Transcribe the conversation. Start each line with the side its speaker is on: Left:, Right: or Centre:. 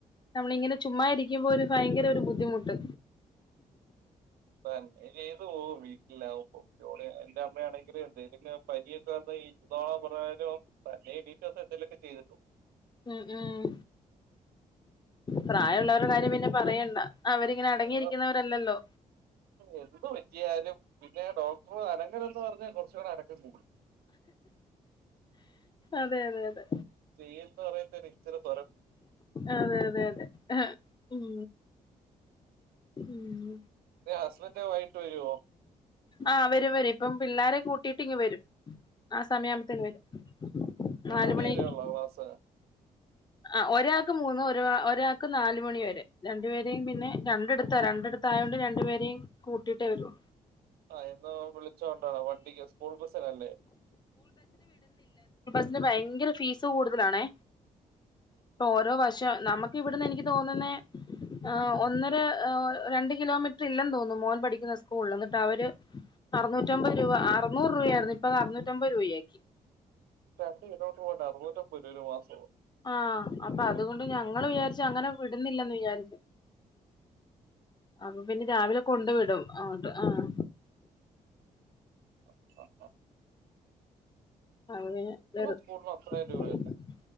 Left: നമ്മള് ഇങ്ങനെ ചുമ്മാ ഇരിക്കുമ്പോ ഒരു ഭയങ്കര ഒരു ബുദ്ധി മുട്ട്
Right: ഇപ്പൊ നീ ചെയ്തു പോകും വീട്ടിലേക്കുമ്പോ <unintelligible> ആരെയും. എന്റെ അമ്മയാണെങ്കിലും വരുന്നു പനിയൊക്കെ ആകുമ്പോഴേ. ചുമ്മ പറഞ്ഞാലും തന്നെ എണീറ്റ് വന്ന് എന്തേലൊക്കെ ചെയ്തിട്ടു പോവും.
Left: ഉം ഉം പ്രായമുള്ളവരുടെ കാര്യം പിന്നെ പറയണ്ട. അവരിങ്ങനെ അടങ്ങിയിരിക്കുന്നവരല്ലല്ലോ
Right: ആ എന്ത് പറ്റിയാലും പിന്നെ ഡോക്ട ഓ അതുങ്ങനെ എന്ന് പറഞ്ഞാൽ കുറച്ചുകൂടെ അനക്കം കൂടും.
Left: അതെ അതെ അതെ
Right: ചെയ്യേണ്ട പറഞ്ഞു ടീച്ചറും.
Left: അതെ അതെ അതെ ആഹ് ഉം. ഉം
Right: ഹുസ്ബൻഡ് വൈകിട്ട് വരുവോ?
Left: ആഹ് വരും വരും ഇപ്പം പിള്ളേര് കൂ ട്ടിയിട്ട് ഇങ്ങ് വരും ആ സമയ ആകുമ്പത്തേന് വരും,
Right: മൂന്ന്
Left: നാലുമണിക്ക്.
Right: മണി വരെയുള്ളോ ക്ലാസ്
Left: ആ ഒരാൾക്ക് മൂന്ന് ഒ ഒരാൾക്ക് നാല് മണി വരെ രണ്ടു പേരേം പിന്നെ രണ്ടടുത്ത രണ്ടിടുത്തായോണ്ട് രണ്ടുപേരെയും കൂട്ടിയിട്ടേ വരൊള്ളൂ
Right: ആഹ് എന്നാ വിളിച്ച് കൊണ്ടാണ് വണ്ടിക്ക് സ്കൂൾ ബസിനല്ലേ
Left: തിന് ഭയങ്കര ഫീസ് കൂടുതലാണേ ഓരോ വർഷം നമുക്ക് ഇവിടുന്ന് എനിക്ക് തോന്നുന്നെ അ ഒന്നര ഒ രണ്ട് കിലോമീറ്റർ ഇല്ലെന്ന് തോന്നുന്നു മോൻ പഠിക്കുന്ന സ്കൂളിൽ എന്നിട്ട് അവര് അറുനൂറ്റമ്പത് രൂപ അറനൂറ് രൂപ ആയിരുന്നു ഇപ്പൊ അത് അറനൂറ്റമ്പത് രൂപയാക്കി
Right: രണ്ടു കിലോ <unintelligible> അറുപത്‌ പുലരുമാസൊ
Left: ആഹ അപ്പൊ അതുകൊണ്ട് ഞങ്ങള് വിചാരിച്ചു അങ്ങനെ വിടുന്നില്ലന്ന് വിചാരിച്ചു അപ്പൊ പിന്നെ രാവിലെ കൊണ്ടു വിടും ആട് ആഹ്
Right: അ അ അ
Left: <unintelligible>
Right: സ്കൂളിന് അത്രയും രൂപ വരുന്നത്